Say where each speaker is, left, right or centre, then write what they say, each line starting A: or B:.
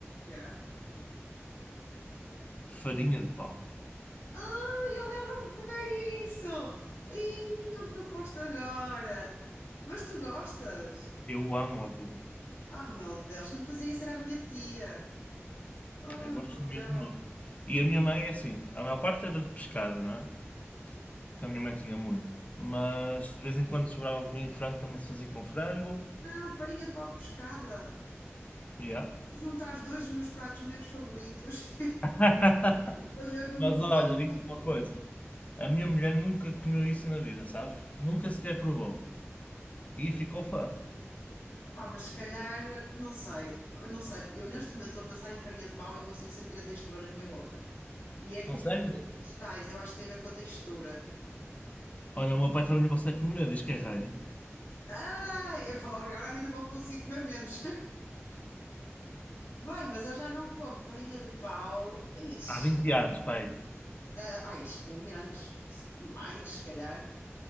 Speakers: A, on the left; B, on the left.
A: Yeah.
B: Farinha de pau.
A: Ah, eu lembro-me de comer isso! E onde tu foste agora? Mas tu gostas?
B: Eu amo aquilo.
A: Ah, meu Deus, quem me fazia isso era a minha tia. Oh,
B: Eu gosto
A: meu
B: mesmo
A: Deus.
B: muito. E a minha mãe é assim, a maior parte era de pescada, não é? que a minha mãe tinha muita. Mas de vez em quando sobrava comigo frango, também se fazia com frango.
A: Não, farinha de pau de pescada.
B: Yeah.
A: Juntar os dois dos meus pratos menos favoritos
B: <laughs>
A: <laughs> fazer de um
B: Mas
A: como.
B: olha, digo-te uma coisa. A minha mulher nunca comeu isso na vida, sabes? Nunca sequer provou. E ficou fã.
A: Pá, mas se calhar, não sei, eu não sei, porque eu neste momento estou a pensar em farinha de pau e eu consigo sentir a textura na minha boca. E é como
B: Consegues?
A: tu com os vegetais, eu acho que tem a ver com a textura.
B: Olha, o meu pai também não consegue comer, diz que é ranho.
A: Ai, eu vou- agora ainda vou conseguir comer menos. <laughs> Bem, mas eu já não como farinha de pau. Ixi,
B: Há 20 anos, pai.
A: ah, ai, pelo menos, se- mais, se calhar,